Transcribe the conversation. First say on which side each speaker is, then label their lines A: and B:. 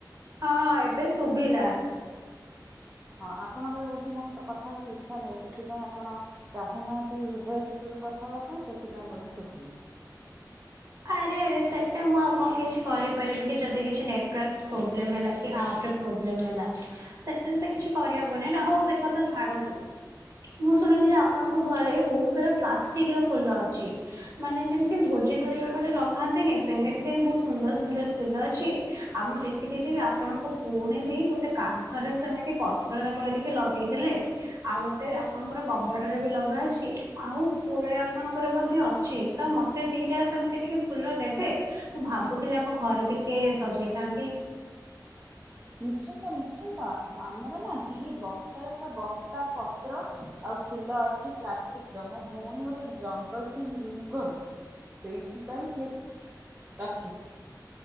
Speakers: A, on the right; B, on the right.
A: ହଁ ଏବେ ଶୁଭିଲା।
B: ହଁ ଆପଣଙ୍କର ବୋଧେ ମୋ ସହିତ କଥା ହେବାକୁ ଇଚ୍ଛା ନାହିଁ। ସେଥିପାଇଁ ଆପଣ ଚାହୁଁନାହାନ୍ତି ହୃଦୟ ଭିତରୁ କଥା ହେବା ପାଇଁ। ସେଥିପାଇଁ ବୋଧେ ଶୁଭୁନି।
A: ଆରେ ଆରେ ସେଟା ମୁଁ ଆଉ କଣ କିଛି କରି କରିପାରିବିକି ଯଦି କିଛି ନେଟୱର୍କ ପ୍ରୋବ୍ଲେମ ହେଲା କି ଆପରେ ପ୍ରୋବ୍ଲେମ ହେଲା। ସେଥେରେ ତ କିଛି କରିହବନି ନା। ହଉ ସେ କଥା ଛାଡନ୍ତୁ। ମୁଁ ଶୁଣିଥିଲି ଆପଣଙ୍କ ଘରେ ବହୁତ ସାରା ପ୍ଲାଷ୍ଟିକ ର ଫୁଲ ଅଛି। ମାନେ ଯେମିତି ଭୋଜି ଘରିକା ଘରେ ଲଗାନ୍ତିନି? ସେମିତି କା ହିଁ ବହୁତ ସୁନ୍ଦର ସୁନ୍ଦର ଫୁଲ ଅଛି। ଆମ ଦେଖ ଦେଖଥିଲି ଆପଣଙ୍କ ଭଉଣୀ ବି ଗୋଟେ କାନ୍ଥରେ ସେମିତି ପତ୍ରର କରିକି ଲଗେଇଥିଲେ। ଆଉ ଗୋଟେ ଆପଣଙ୍କର କବାଟରେ ବି ଲଗା ଅଛି। ଆଉ ପୁଳେ ଆପଣଙ୍କର ମଧ୍ୟ ଅଛି। ତ ମତେ ମତେ ଦିଟା ସେମିତି ଟିକେ ଫୁଲ ଦେବେ? ମୁଁ ଭାବୁଥିଲି ଆମ ଘରେ ଟିକେ ସଜେଇଥାନ୍ତି।
B: ନିଶ୍ଚିନ୍ତ ନିଶ୍ଚିନ୍ତ। ଆମର ନା ଦି ବସ୍ତାରେ ପୁରା ବସ୍ତା ତ୍ର ଆଉ ଫୁଲ ଅଛି ପ୍ଲାଷ୍ଟିକ ର। ମୋ ଭଉଣୀ ଗୋଟେ ଜଙ୍ଗଲ <unintelligible> କରୁଛି। ସେଇଥିପାଇଁ ସେ ରଖିଛି।